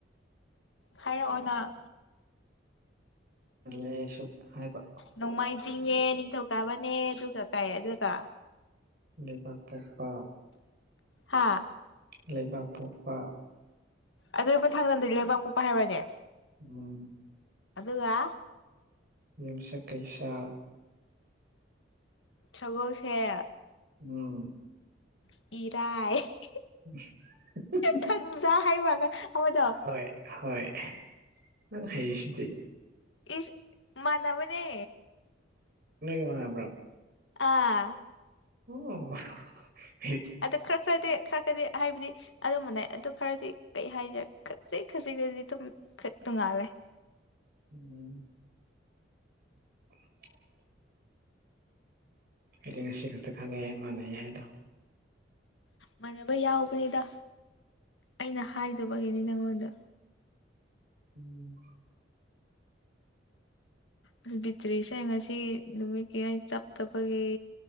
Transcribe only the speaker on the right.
ꯂꯦ ꯁꯨ ꯍꯥꯏꯕ
ꯂꯩꯕꯥꯛꯄꯣꯛꯄ
ꯂꯩꯕꯥꯛꯄꯣꯛꯄ
ꯎꯝ
ꯌꯨꯝꯁꯀꯩꯁ
ꯎꯝ
<unintelligible>
ꯍꯣꯏ ꯍꯣꯢ ꯅꯪ ꯍꯩꯁꯤꯗꯤ
ꯅꯣꯏꯒ ꯃꯥꯟꯅꯕꯔꯣ
ꯍꯣ
ꯎꯝ <inaudible> ꯑꯩꯗꯤ ꯉꯁꯤ ꯈꯛꯇ ꯈꯪꯉꯩ ꯃꯥꯟ ꯍꯥꯏꯗꯣ
ꯎꯝ